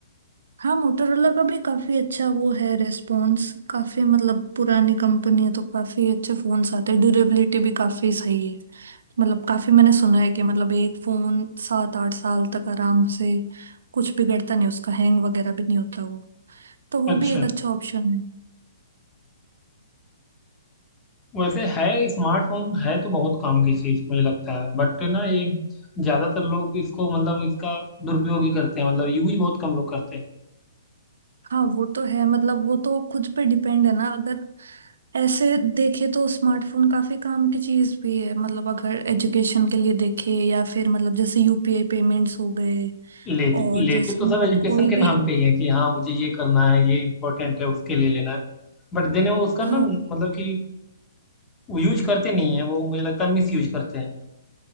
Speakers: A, on the right (about 75°); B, on the left (about 15°).
A: हाँ मोटोरोला का भी काफी अच्छा वो है रिस्पॉन्स काफी मतलब पुरानी कंपनी है तो काफी अच्छे फोन्स आते हैं ड्यूरेबिलिटी भी काफी सही है मतलब काफी मैंने सुना है कि मतलब एक फोन सात आठ साल तक आराम से कुछ बिगड़ता नहीं उसका हैंग वगैरह भी नहीं होता वो तो वो
B: अच्छा
A: भी एक अच्छा ऑप्शन है
B: वैसे है स्मार्टफोन है तो बहुत काम की चीज मुझे लगता है बट ना ये ज्यादातर लोग इसको मतलब इसका दुरुपयोग ही करते हैं मतलब यूज बहुत कम लोग करते हैं
A: हाँ वो तो है मतलब वो तो खुद पे डिपेंड है ना अगर ऐसे देखे तो स्मार्टफोन काफी काम की चीज भी है मतलब अगर एजुकेशन के लिए देखे या फिर मतलब जैसे यूपीआई पेमेंट्स हो गए
B: लेते
A: और
B: लेते
A: जैसे
B: तो
A: मतलब
B: सब एजुकेशन
A: कोई
B: के
A: भी
B: नाम पे ही है कि हाँ मुझे ये करना है ये इम्पोर्टेंट है उसके लिए लेना है बट देने वो उसका
A: हाँ
B: ना मतलब कि वो यूज करते नहीं है वो मुझे लगता है मिस यूज करते हैं